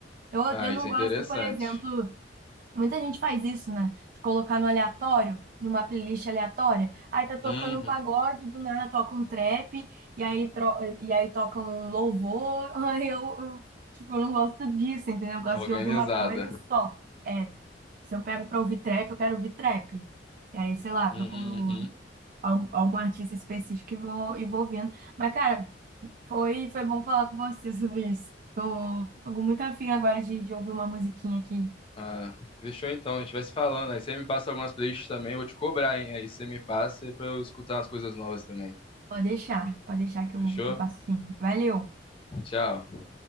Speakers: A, on the right (about 50°); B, on the left (about 30°).
A: Eu,
B: Ah,
A: eu
B: isso
A: não
B: é
A: gosto,
B: interessante.
A: por exemplo. Muita gente faz isso, né? De colocar no aleatório, numa playlist aleatória. Aí tá tocando
B: Uhum.
A: um pagode, do nada toca um trap, e aí, tro- e aí toca um louvor. <laughs> Aí eu, eu, tipo, eu não gosto disso, entendeu? Eu gosto
B: Organizada.
A: de ouvir uma coisa só. É, se eu pego pra ouvir trap, eu quero ouvir trap. E aí, sei lá,
B: Uhum.
A: procuro al- algum artista específico e vou, e vou ouvindo. Mas, cara, foi, foi bom falar com você <laughs> sobre isso. Fico muito afim agora de, de ouvir uma musiquinha aqui.
B: Ah, deixou então, a gente vai se falando. Aí você me passa algumas playlists também, eu vou te cobrar, hein? Aí você me passa pra eu escutar umas coisas novas também.
A: Pode deixar, pode deixar que eu,
B: Fechou?
A: que eu passo sim. Valeu!
B: Tchau.